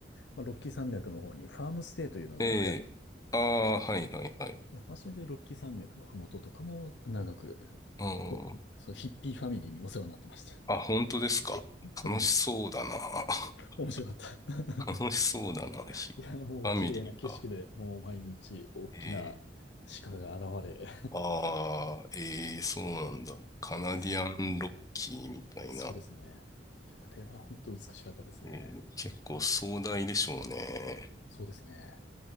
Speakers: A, on the left; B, on the left.
A: まあロッキー山脈の方にファームステイというのが流行って、
B: ー、えー、ああー、はいはいはい。
A: でまあそれでロッキー山脈のふもととかも長く、
B: うん。
A: お、あのそう、ヒッピーファミリーにお世話になってました。
B: あ、本当ですか。
A: <laughs> それ、
B: 楽しそうだな。<laughs>
A: お <laughs> 面白かった。
B: 楽しそうだな。ひファミリーが。
A: <laughs> いや、もう綺麗な景色で、もう毎日大きな
B: えー、
A: 鹿が現れ、
B: ああ、えー、そうなんだ。カナディアンロッキーみたいな。
A: ですねそうですね。いや、あれは本当美しかったですね。
B: えー、結構壮大でしょうね。
A: そうですね。